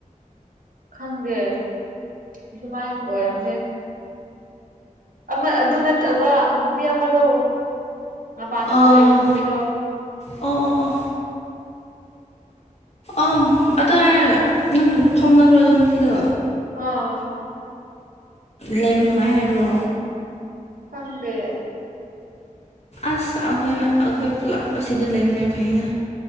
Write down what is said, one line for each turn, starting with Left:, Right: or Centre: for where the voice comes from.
Right: ꯈꯪꯗꯦ ꯑꯗꯨꯃꯥꯏꯅ ꯑꯣꯏꯔꯝꯅꯦ꯫ ꯑꯃ ꯑꯗꯨ ꯅꯠꯇꯕ ꯅꯨꯄꯤ ꯑꯃꯗꯣ ꯃꯄꯥꯟ ꯂꯝꯗ
Left: ꯑꯣ
Right: ꯂꯩꯕ ꯅꯨꯄꯤꯗꯣ꯫
Left: ꯑꯣ ꯑꯣ ꯑꯝ ꯑꯗꯨ ꯍꯥꯏꯔ ꯅꯪ ꯊꯣꯡꯅꯕ꯭ꯔꯣ ꯑꯗꯨ ꯅꯨꯄꯤꯗꯣ?
Right: ꯑꯥ
Left: ꯂꯩꯕ ꯅꯨꯡꯉꯥꯏ ꯍꯥꯏꯕ꯭ꯔꯣ?
Right: ꯈꯪꯗꯦ
Left: ꯑꯁ ꯑꯈꯣꯏ ꯑꯈꯣꯏ ꯄꯨꯂꯞ ꯑꯁꯤꯗ ꯂꯩꯕꯅꯦ ꯐꯩꯗ꯫